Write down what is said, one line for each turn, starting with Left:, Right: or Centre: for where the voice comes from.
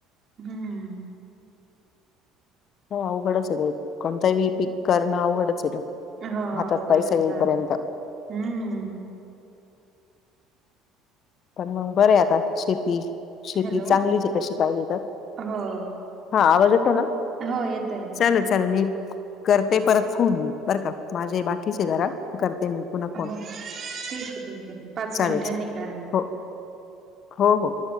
Right: हम्म.
Left: ह अवघडच कोणताही पीक करण अवघडच आहे.
Right: हो
Left: हातात
Right: अवघडच
Left: पैसा येई
Right: झालं
Left: पर्यंत.
Right: हम्म.
Left: पण मग बरं आता शेती शेती
Right: हॅलो
Left: चांगलीच तशी पाहिली तर.
Right: हो
Left: हा आवाज येतो ना?
Right: हो येतोय.
Left: चालल, चालल मी करते परत फोन मी बरं का माझे बाकीचे जरा करते मी. पुन्हा फोन
Right: हो ठीक आहे, ठीक आहे पाच
Left: चालेल
Right: मिनटांनी
Left: चालेल
Right: करा. मग
Left: हो हो हो.